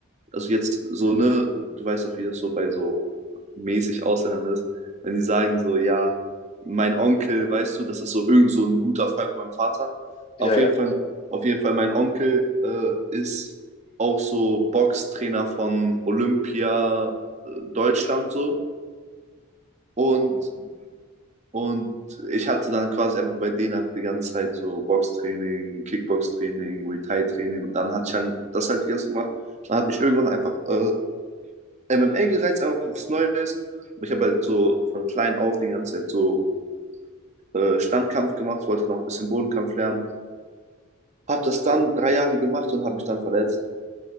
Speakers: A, on the right (about 30°); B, on the left (about 25°).
A: also jetzt so, ne, du weißt auch, wie das so bei so mäßig Ausländern ist, wenn die sagen so, ja, mein Onkel, weißt du, das ist so irgend so ein guter Freund von meinem Vater.
B: Ja,
A: Auf jeden
B: ja.
A: Fall, auf jeden Fall, mein Onkel äh, ist auch so Boxtrainer von Olympia äh, Deutschland so. Und
B: Mhm.
A: Und ich hatte dann quasi einfach bei denen einfach die ganze Zeit so Boxtraining, Kickboxtraining, Muay Thai-Training und dann hatte ich dann das halt die ganze Zeit gemacht. Dann hat mich irgendwann einfach äh, MMA gereizt, einfach was Neues. Und ich habe halt so von klein auf die ganze Zeit so äh, Standkampf gemacht, wollte noch ein bisschen Bodenkampf lernen. Habe das dann drei Jahre gemacht und habe mich dann verletzt.